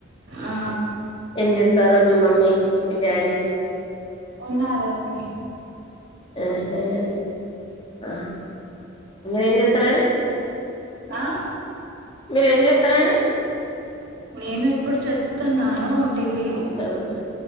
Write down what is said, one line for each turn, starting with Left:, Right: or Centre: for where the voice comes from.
Right: ఆ
Left: ఏం చేస్తారు మీ మమ్మీ మీ సరి
Right: ఉన్నాలండి
Left: ఆ ఏం చేస్తారే
Right: ఆ
Left: మీర ఏం చేస్తారని
Right: నేను ఇప్పుడు చదువుతున్నాను డిగ్రీ
Left: ఇంకాదుతే